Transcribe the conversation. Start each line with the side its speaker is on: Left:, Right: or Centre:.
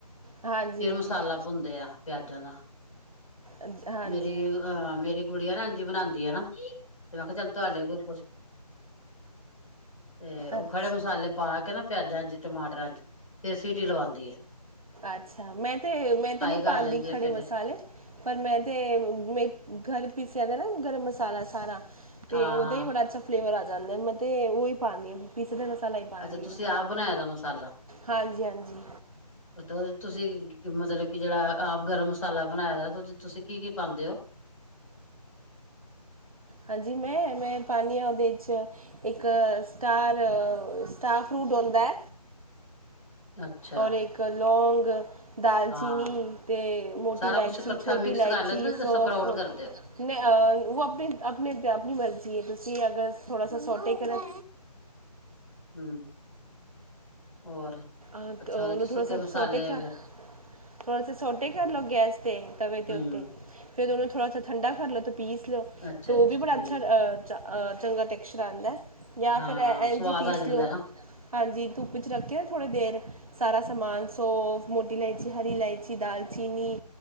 Right: ਹਾਂਜੀ
Left: ਫਿਰ
Right: ਹਾਂਜੀ
Left: ਮਸਾਲਾ ਭੁੰਦੇ ਆ ਪਿਆਜਾਂ ਦਾ,
Right: ਅਜ- ਹਾਂਜੀ
Left: ਮੇਰੇ ਅਹ ਮੇਰੇ ਗੁੜੀਆ ਰਣਜੀ ਬਣਾਉਂਦੀ ਆ। ਨਾ ਤੇ ਮੈਂ ਕਿਹਾ ਚੱਲ ਤੁਹਾਡੇ ਕੋਈ ਪੁਛ ਤੇ ਉਹ
Right: ਅੱਛਾ
Left: ਖੜੇ ਮਸਾਲੇ ਪਾ ਕੇ ਨਾ ਪਿਆਜਾਂ ਚ, ਟਮਾਟਰਾਂ ਚ ਫੇਰ ਸੀਟੀ ਲਵਾਉਂਦੀ ਏ।
Right: ਅੱਛਾ! ਮੈਂ ਤੇ ਮੈਂ ਤੇ ਨਹੀਂ
Left: ਕਰ
Right: ਪਾਉਂਦੀ,
Left: ਲੈਂਦੀ ਆ
Right: ਖੜੇ
Left: ਪਹਿਲੇ
Right: ਮਸਾਲੇ ਪਰ ਮੈਂ ਤੇ, ਮੈਂ ਘਰ ਪੀਸਿਆ ਤਾਂ ਨਾ ਗਰਮ ਮਸਾਲਾ। ਸਾਰਾ ਅਤੇ
Left: ਹਾਂ
Right: ਉਹਦਾ
Left: ਹਾਂ
Right: ਵੀ ਬੜਾ ਅੱਛਾ ਫਲੇਵਰ ਆ ਜਾਂਦਾ। ਮੈਂ ਤੇ ਉਹ ਹੀ ਪਾਉਣੀ ਆ। ਪੀਸ ਦਾ ਮਸਾਲਾ ਹੀ ਪਾਉਂਦੀ
Left: ਅੱਛਾ ਤੁਸੀਂ
Right: ਹਾਂ।
Left: ਆਪ ਬਣਾਇਆ ਦਾ ਮਸਾਲਾ
Right: ਹਾਂਜੀ- ਹਾਂਜੀ
Left: ਤੇ ਉਹਦੇ ਤੁਸੀਂ ਮਤਲਬ ਕਿ ਜਿਹੜਾ ਆਪ ਗਰਮ ਮਸਾਲਾ ਬਣਾਇਆ ਦਾ ਉਹਦੇ ਤੁਸੀਂ ਕੀ- ਕੀ ਪਾਉਂਦੇ ਹੋ।
Right: ਹਾਂਜੀ! ਮੈਂ -ਮੈਂ ਪਾਦੀ ਹਾਂ। ਉਹਦੇ 'ਚ ਇੱਕ ਸਟਾਰ ਤਾਂ ਫਰੂਟ ਆਦਾ
Left: ਅੱਛਾ
Right: ਔਰ ਇੱਕ ਲੌਗ ਦਾਲਚੀਨੀ
Left: ਹਾਂ
Right: ਅਤੇ ਮੋਟੀ
Left: ਸਾਰਾ
Right: ਇਲਾਇਚੀ,
Left: ਕੁਛ ਇਕੱਠਾ
Right: ਛੋਟੀ
Left: ਮਿਕਸ
Right: ਇਲਾਇਚੀ,
Left: ਕਰ ਲੈਂਦੇ ਤੇ
Right: ਸੌਂਫ
Left: ਸਪਰਾਊਟ ਕਰਦੇ ਹੋ
Right: ਨਹੀਂ ਉਹ ਆਪਣੇ ਆਪਣੇ ਆਪਣੀ ਮਰਜ਼ੀ ਹੈ ਤੁਸੀਂ ਅਗਰ ਥੋੜ੍ਹਾ ਸੌ ਸੋਟੇ ਕਰਨ।
Left: ਹਮ ਹੋਰ।
Right: ਆਹ
Left: ਅੱਛਾ
Right: ਉਹਨੂੰ
Left: ਉਹਦੇ ਚ
Right: ਥੋੜਾ,
Left: ਸੁੱਕੇ
Right: ਸਾ
Left: ਮਸਾਲੇ
Right: ਸੋਟੇ ਕਰ
Left: ਫਿਰ
Right: ਥੋੜਾ ਸੇ ਸੋਟੇ ਕਰ ਲਓ ਗੈਸ ਤੇ, ਤਵੇ ਤੇ
Left: ਹਮ
Right: ਉਤੇ। ਫਿਰ ਉਨਾਂ ਥੋੜ੍ਹਾ ਸਾ ਠੰਡਾ ਕਰ ਲਉ ਅਤੇ ਪੀਸ ਲਓ
Left: ਅੱਛਾ
Right: ਤਾਂ ਉਹ ਵੀ ਬੜਾ
Left: ਠੀਕ
Right: ਅੱਛਾ ਅ ਚੰਗਾ ਟੈਕਸਚਰ ਆਉਂਦਾ, ਜਾਂ
Left: ਹਾਂ-ਹਾਂ
Right: ਫਿਰ ਇੰਝ
Left: ਸਵਾਦ
Right: ਹੀ ਪੀਸ
Left: ਆ ਜਾਂਦਾ
Right: ਲਓ।
Left: ਨਾ
Right: ਹਾਂਜੀ ਧੁੱਪ 'ਚ ਰੱਖਿਆ। ਥੋੜੀ ਦੇਰ ਸਾਰਾ ਸਮਾਨ ਸੌਂਫ, ਮੋਟੀ ਇਲਾਇਚੀ, ਹਰੀ ਇਲਾਇਚੀ, ਦਾਲਚੀਨੀ।